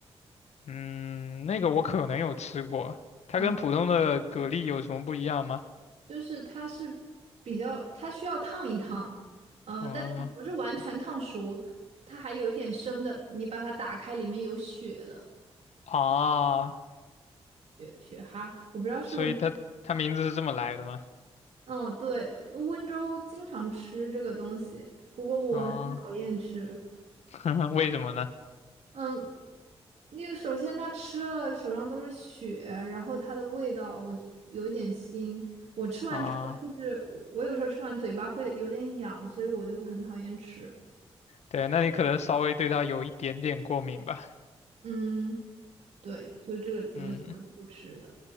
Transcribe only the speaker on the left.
嗯，那个我可能有吃过，它跟普通的蛤蜊有什么不一样吗？
哦
啊，
所以它它名字是这么来的吗？
啊，<laughs> 为什么呢？
啊，
对，那你可能稍微对它有一点点过敏吧。
嗯，